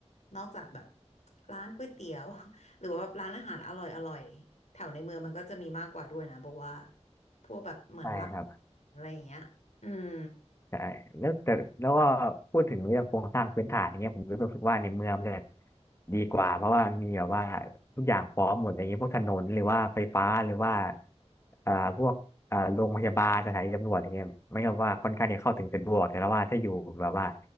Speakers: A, on the left; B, on the left.
A: นอกจากแบบร้านก๋วยเตี๋ยว <laughs> หรือว่าแบบร้านอาหารอร่อยๆแถวในเมืองมันก็จะมีมากกว่าด้วยนะโบว่า พวกแบบเหมือนล่าง
B: ใช่ครับ
A: อะไรอย่างเงี้ยอืม
B: ใช่แล้วแต่แล้วก็พูดถึงเรื่องโครงสร้างพื้นฐานอย่างเงี้ยผมรู้สึกว่าในเมืองมันจะดีกว่าเพราะว่ามันมีแบบว่าทุกอย่างพร้อมหมดอะไรเงี้ยพวกถนนหรือว่าไฟฟ้าหรือว่าอ่าพวกอ่าโรงพยาบาลสถานีตำรวจอะไรเงี้ยไมัก็ว่าค่อนข้างที่จะเข้าถึงสะดวกแต่ว่าถ้าอยู่แบบว่า